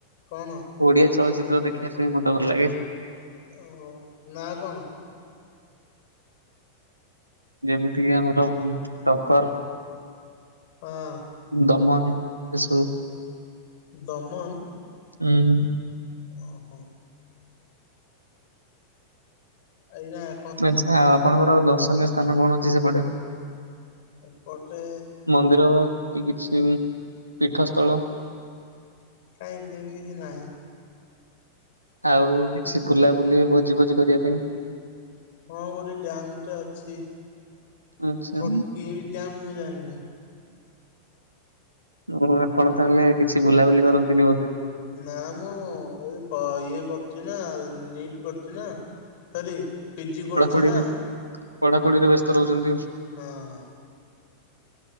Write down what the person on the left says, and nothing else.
କଣ?
ଓ, ନା କଣ?
ହଁ ଅଁ।
ଦମନ
ଓ ହୋ। ଆଇନା।
ଏପଟେ
କାଇଁ ସେମତି କିଛି ନାହିଁ।
ହଁ, ଗୋଟେ ଡ୍ୟାମ ଟେ ଅଛି।
ବଟ କି ଡ୍ୟାମ ମୁଁ ଜାଣିନି।
ନା ମୁଁ ଏ ଇଏ କରଛି ନା ନିଟ କରିଛି ନା ଆରେ ପିଜି କରୁଛି
ନା
ହଁ।